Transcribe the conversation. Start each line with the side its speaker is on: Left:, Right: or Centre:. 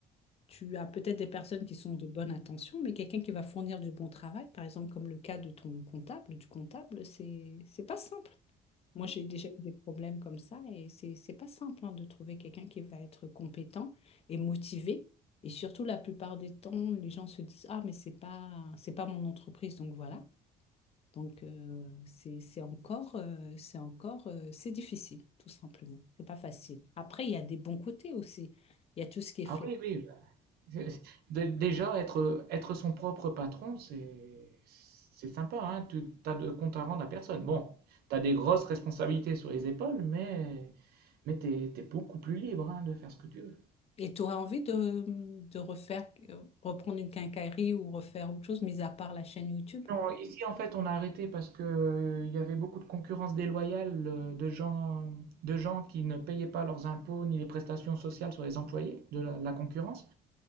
Left: Tu as peut-être des personnes qui sont de bonne intention, mais quelqu'un qui va fournir du bon travail, par exemple, comme le cas de ton comptable, du comptable, c'est, c'est pas simple. Moi, j'ai déjà eu des problèmes comme ça et c'est, c'est pas simple hein, de trouver quelqu'un qui va être compétent et motivé. Et surtout, la plupart des temps, les gens se disent, Ah, mais c'est pas, c'est pas mon entreprise, donc voilà. Donc, euh, c'est, c'est encore, euh, c'est encore, euh, c'est difficile, tout simplement. C'est pas facile. Après, il y a des bons côtés aussi. Il y a tout ce qui est
Right: Ah
Left: flexible.
Right: oui, oui. bah, <laughs> Dé- Déjà, être, être son propre patron, c'est, c'est sympa, hein. Tu t'as de compte à rendre à personne. Bon, tu as des grosses responsabilités sur les épaules, mais, mais tu es, beaucoup plus libre, hein, de faire ce que tu veux.
Left: Et tu aurais envie de, de refaire, euh, reprendre une quincaillerie ou refaire autre chose, mis à part la chaîne YouTube?
Right: Non, ici, en fait, on a arrêté parce que, euh, il y avait beaucoup de concurrence déloyale, euh, de gens, de gens qui ne payaient pas leurs impôts ni les prestations sociales sur les employés de la, la concurrence.